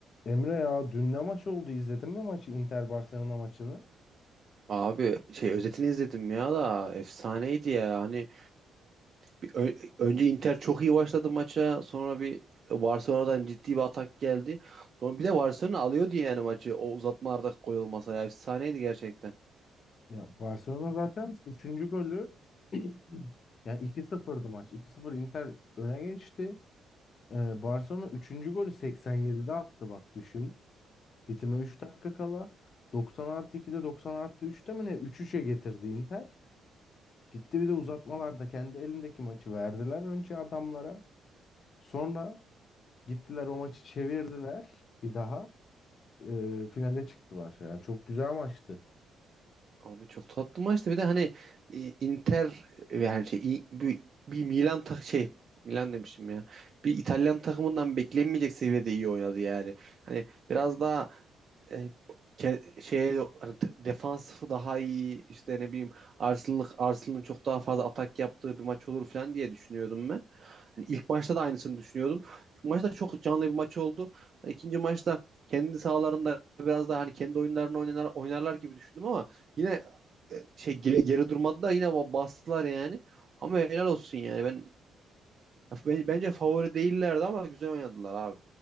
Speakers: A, on the left; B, on the right.
A: Emre ya dün ne maç oldu? izledin mi maçı? Inter Barcelona maçını?
B: Abi şey özetini izledim ya da efsaneydi ya. Hani bir ö- önce Inter çok iyi başladı maça. Sonra bir Barcelona'dan ciddi bir atak geldi. Sonra bir de Barcelona alıyordu yani maçı. O uzatmalarda gol olmasa ya efsaneydi gerçekten.
A: Ya Barcelona zaten üçüncü golü <clears throat> ya iki sıfır'dı maç. iki sıfır Inter öne geçti. Ee, Barcelona üçüncü golü 87'de attı bak düşün. Bitime 3 dakika kala. 90 artı 2'de 90 artı 3'te mi ne? 3-3'e getirdi Inter. Gitti bir de uzatmalarda kendi elindeki maçı verdiler önce adamlara. Sonra gittiler o maçı çevirdiler bir daha. Ee, finale çıktılar. Yani çok güzel maçtı.
B: Abi çok tatlı maçtı. Bir de hani e, Inter e, yani şey i- bir, bir Milan tak şey Milan demişim ya. Bir İtalyan takımından beklenmeyecek seviyede iyi oynadı yani. Hani biraz daha e, ke- şeye hani te- defansı daha iyi işte ne bileyim Arsenal'ın Arsenal'ın çok daha fazla atak yaptığı bir maç olur falan diye düşünüyordum ben. Hani ilk maçta da aynısını düşünüyordum. İlk maçta çok canlı bir maç oldu. Hani ikinci maçta kendi sahalarında biraz daha hani kendi oyunlarını oynar, oynarlar gibi düşündüm ama yine e, şey geri, geri durmadılar yine ba- bastılar yani. Ama helal olsun yani. Ben ben- bence favori değillerdi ama güzel oynadılar abi.